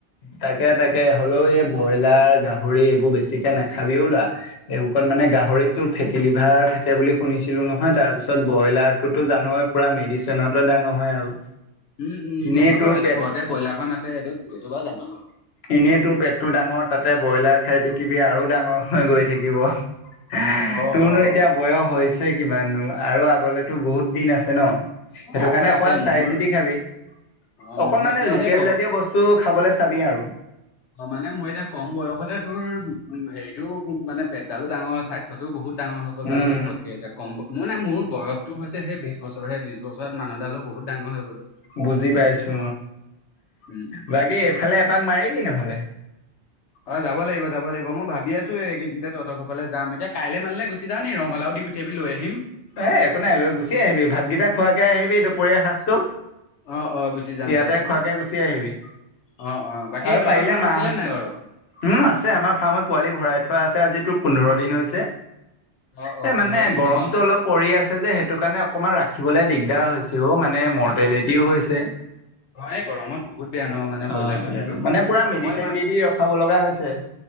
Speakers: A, on the left (about 65°); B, on the left (about 80°).
A: তাকে তাকে হ'লেও এই ব্ৰইলাৰ গাহৰি এইবোৰ বেছিকে নাখাবিও লোৱা এই মানে গাহৰিতো ফেটি লিভাৰ থাকে বুলি শুনিছিলো নহয় তাৰপিছত ব্ৰইলাৰতো জান এ মেডিচিননত ডাঙৰ হয় আৰু
B: উম, উম
A: এনেই
B: জানো
A: তোৰ
B: বাৰু সেইটো
A: পেট
B: ঘৰতে ব্ৰইলাৰ ফাৰ্ম আছে সটো সেইটো বাৰু জানো বাৰু
A: এনেই তোৰ পেটটো ডাঙৰ তাতে ব্ৰইলাৰ খাই থাকিবি আৰু ডাঙৰ হৈ গৈ থাকিব। তোৰনো
B: অ', অ',
A: এতিয়া বয়স হৈছে কিমাননো আৰু আগলেতো বহুত দিন আছে ন। সেইটো
B: অ'। এ আছে
A: কাৰণে অকমান
B: আছে মোৰ
A: চাই চিতি খাবি।
B: অ',
A: অকনমানানে
B: মোৰ এতিয়া
A: লোকেল
B: সেই ক
A: জাতীয় বস্তু খাবলৈ চাবি আৰু।
B: অ 'মানে মোৰ এতিয়া কম বয়সতে তোৰ হেৰিতও মানে পেটডালো ডাঙৰ স্বাস্থ্যতটোও বহুত। ডাঙৰসকল
A: উম,
B: মানে জোখতকে এতিয়া কম মানে মোৰ বয়সটো হৈছে সেই বিশছ বছৰ সেই বিছ বছৰত মানুহডালো বহুত ডাঙৰ হৈ গ'লো
A: বুজি পাইছো
B: উম
A: বাকী এইফালে এপাক মাৰিবি নহ'লে।
B: অ 'যাব লাগিব যাব লাগিব। মই ভাবি আছো এইকেইদিনতে তহতসফালে যাম এতিয়া কাইলৈ মানে গুচি যা নি ৰঙালাও দি পঠিয়াবি লৈ আহিম।
A: এ একো নাই লৈ গুচি আহিবি ভাতকেইটা খোৱাকে আহিবি দুপৰীয়াাৰ সাঁজটো।
B: অ অ গুচি যাম
A: ইয়াতে
B: দে তেতিয়া।
A: খোৱাকে গুচি আহিবি।
B: অ অ বাকী
A: আৰু
B: তহঁতৰ
A: পাৰিলে
B: ফাৰ্ম
A: মাহত
B: আছিলে নাই বাৰু?
A: উম আছে আমাৰ ফাৰ্মত পোৱালি ভৰাইত থোৱা আছে আজিতো পোন্ধৰ দিন হৈছে
B: অ অ
A: এই
B: পোন্ধৰ
A: মানে
B: দিন
A: গৰমটোটো
B: হ'ল ন
A: অলপ পৰি আছে যে সেইটো কাৰণে অকমান ৰাখিবলৈ দিগদাৰ হৈছে। সও মানে মৰ্টেলিটিও
B: এই গ গৰমত
A: হৈছে।
B: অ এই গৰমত বহুত বেয়া ন মানে ব্ৰইলাৰ
A: অ 'অ
B: চইলাৰটো
A: 'মানে পুৰা মেডিচিন
B: মই ইমান
A: দি দি ৰখাব লগা হৈছে